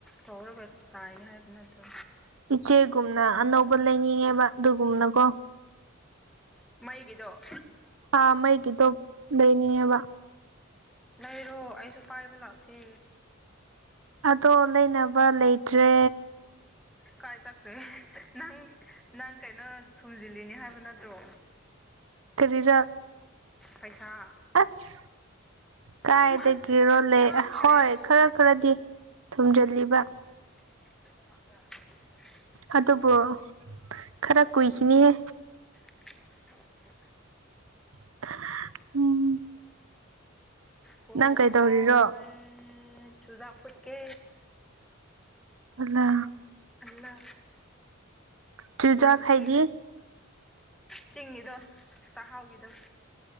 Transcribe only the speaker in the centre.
ꯇꯧꯔꯒ ꯇꯥꯏꯅꯤ ꯍꯥꯏꯕ ꯅꯠꯇ꯭ꯔꯣ
ꯃꯩꯒꯤꯗꯣ
ꯂꯩꯔꯣ ꯑꯩꯁꯨ ꯄꯥꯏꯕ ꯂꯥꯛꯀꯦ
ꯀꯥꯏ ꯆꯠꯈ꯭ꯔꯦ ꯅꯪ ꯅꯪ ꯀꯩꯅꯣ ꯊꯨꯝꯖꯤꯜꯂꯤꯅꯤ ꯍꯥꯏꯕ ꯅꯠꯇ꯭ꯔꯣ
ꯄꯩꯁꯥ
ꯃꯥꯡꯈ꯭ꯔꯦ
ꯑꯃꯨꯛ
<unintelligible>
<unintelligible>
ꯀꯣꯛ
ꯉꯥꯎꯔꯦ ꯆꯨꯖꯥꯛ ꯐꯨꯠꯀꯦ
ꯑꯂꯥ
ꯄꯨꯔꯥꯛꯄꯤꯒꯦ
ꯆꯤꯡꯒꯤꯗꯣ ꯆꯍꯥꯎꯒꯤꯗꯣ